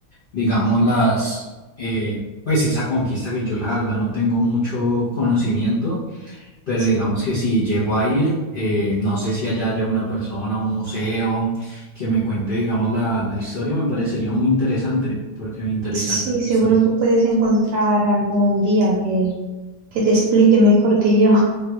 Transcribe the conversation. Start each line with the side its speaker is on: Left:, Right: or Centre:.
Left: digamos, las, eh, pues esa conquista que yo la verdad no tengo mucho conocimiento pero
Right: Sí,
Left: digamos que si llego a ir, eh, no sé si allá haya una persona, un museo que me cuente, digamos, la, la historia, me parecería muy interesante, porque me interesaría
Right: sí,
Left: la
Right: seguro
Left: historia.
Right: que puedes encontrar algún guía que, que te explique mejor que yo,